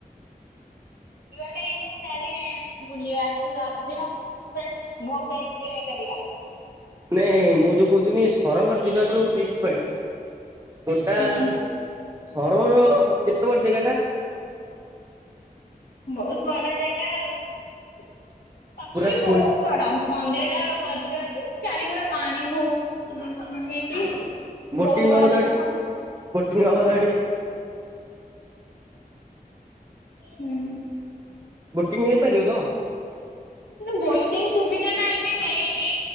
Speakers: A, on the left; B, on the right.
A: ଯୁଆଡ଼େ ଇଛା ସେଆଡେ ବୁଲିବା ଏଥର ରଜ। ବହୁତ ଏଞଜୟ କରିବା।
B: ନାଇ ମୁଁ ଯୋଉ କହୁଥିଲିନି ସରର ଯିବା ଯୋଉ ଫିଷ୍ଟ ପାଇଁ ଟୋଟାଲ
A: ହୁଁ।
B: ସହରର କେତେ ବଡ ଜାଗା ଟା?
A: ବହୁତ ବଡ ଜାଗା ଆଉ ତଥାପି
B: ପୁରା
A: ବି
B: ଫୁଲ
A: ବହୁତ ବଡ। ମନ୍ଦିର ଟା ମଝିରେ ଅଛି ଚାରିିକର ପାଣି ବହୁତ ହେଇଛି।
B: ବୋଟିଂ
A: ବହୁତ ବଡ
B: ହବ ତ
A: ଯାଗା
B: ଏଠି? <unintelligible>
A: ହୁଁ।
B: ବୁଟିଂ ହେଇପାରିବ ତ?
A: ବୋଟିଂ ସୁବିଧା ଟା ଏବେ ହେଇନି।